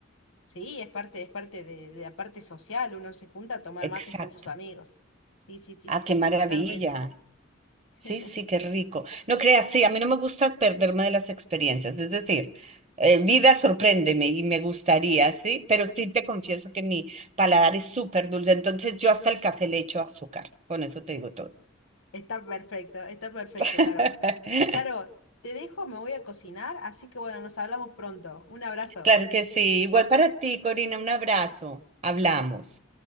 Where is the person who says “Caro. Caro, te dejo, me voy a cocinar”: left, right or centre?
Left